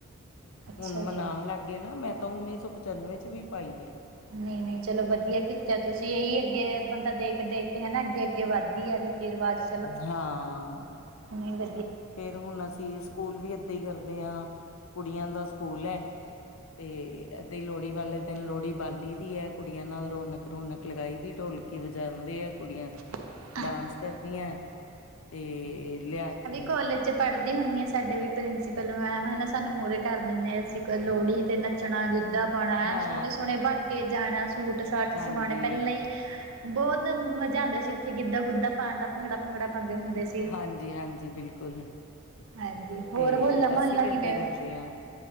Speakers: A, on the right; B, on the left.
A: ਅੱਛਾ
B: ਹੁਣ
A: ਜੀ
B: ਮਨਾਉਣ ਲੱਗ ਗਏ ਨਾ। ਮੈਂ ਤਾਂ ਉੱਨੀ ਸੌ ਪਚਾਨਵੇਂ ਚ' ਵੀ ਪਾਈ ਹੈ।
A: ਨਹੀਂ-ਨਹੀਂ ਚਲੋ ਵਧੀਆ ਕੀਤਾ ਤੁਸੀਂ ਇਹੀ ਅੱਗੇ ਬੰਦਾ ਦੇਖ ਕੇ ਦੇਖ ਕੇ ਹਨਾ ਅੱਗੇ-ਅੱਗੇ ਵੱਧਦੀ ਹੈ। ਐ ਰਵਾਜ਼
B: ਹਾਂ
A: ਨਹੀਂ ਵ
B: ਫੇਰ ਹੁਣ ਅਸੀਂ ਸਕੂਲ ਵੀ ਇਏਦਾਂ ਹੀ ਕਰਦੇ ਹਾਂ। ਕੁੜੀਆਂ ਦਾ ਸਕੂਲ ਹੈ। ਤੇ ਇਏਦਾਂ ਹੀ ਲੋਹੜੀ ਵਾਲੇ ਦਿਨ ਲੋਹੜੀ ਬਾਲੀ ਦੀ ਹੈ। ਕੁੜੀਆਂ ਨਾਲ ਰੌਣਕ-ਰੌਣਕ ਲਗਾਈ ਦੀ ਢੋਲਕ ਕਿ ਵਜਾਉਂਦੇ ਆ ਕੁੜੀਆਂ
A: <inaudible>
B: ਡਾਂਸ ਕਰਦੀਆਂ। ਤੇ' ਲਿਆ ਕੇ
A: ਕੋਲੇਜ ਪੜ੍ਹਦੀ ਹੁੰਦੀ ਹਾਂ ਸਾਡੇ ਵੀ ਪ੍ਰਿੰਸੀਪਲ ਮੈਮ ਹਨਾ ਸਾਨੂੰ ਮੂਹਰੇ ਕਰ ਦਿੰਦੇ ਅਸੀਂ ਲੋਹੜੀ ਤੇ ਨੱਚਣਾ, ਗਿੱਧਾ ਬਣਾ
B: ਹਾਂ
A: ਸੋਹਣੇ-ਸੋਹਣੇ ਬਣ ਕੇ ਜਾਣਾ ਸੂਟ ਸਾਟ
B: ਹਾਂਜੀ
A: ਸਮਾਣੇ ਪਹਿਲਾਂ ਹੀ ਬਹੁਤ ਮਜ਼ਾ ਆਉਂਦਾ ਸੀ। ਇੱਥੇ ਗਿੱਧਾ-ਗੁੱਧਾ ਪਾਉਣ ਦਾ ਭੰਗੜਾ -ਭੰਗੜਾ ਪਾਉਂਦੇ ਹੁੰਦੇ ਸੀ।
B: ਹਾਂਜੀ-ਹਾਂਜੀ ਬਿਲਕੁਲ
A: ਹਾਂਜੀ ਹੋਰ
B: ਤੇ
A: ਹੋਲਾ ਮਹੱਲਾ
B: ਅਸੀਂ ਵੀ ਏਦਾਂ
A: ਕਿਵੇਂ
B: ਹੀ ਕਰਦੇ ਹਾਂ।